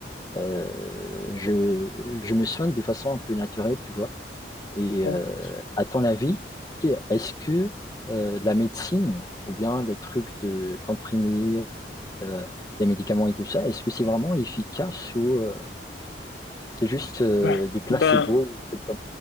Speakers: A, on the left; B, on the left.
A: Euh, je, je me soigne de façon un peu naturelle, tu vois. Et
B: ouais.
A: euh, à ton avis, que- est-ce que euh, la médecine ou bien les trucs de comprimés, euh, des médicaments et tout ça, est-ce que c'est vraiment efficace ou euh, c'est juste euh,
B: Ben,
A: du placebo
B: ben,
A: ou des trucs comme